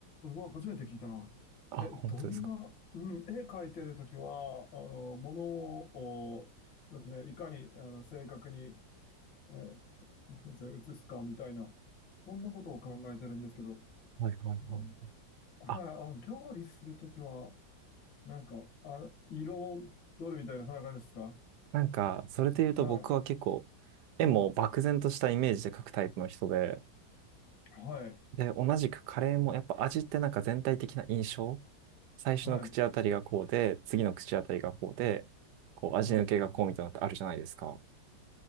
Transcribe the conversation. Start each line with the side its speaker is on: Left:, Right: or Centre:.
Left: わ、初めて聞いたな。
Right: あ、
Left: え、
Right: 本当ですか。
Left: どんな、うん、絵描いてるときは、あの、ものをですね、いかに、あの、正確に、えそれ移すかみたいな、そんなことを考えてるんですけど、
Right: はいはいはい。
Left: うんはい、
Right: あ、
Left: あの、料理するときは、なんか、あ、色どるみたいな、そんな感じですか
Right: なんか、それで言うと僕は結構、
Left: はい、
Right: 絵も漠然としたイメージで描くタイプの人で、
Left: はい、はい、
Right: で、同じくカレーもやっぱ味ってなんか全体的な印象最初の口当たりがこうで、
Left: はい、
Right: 次の口当たりがこうで、こう味抜けがこうみたいなのってあるじゃないですか。
Left: はい。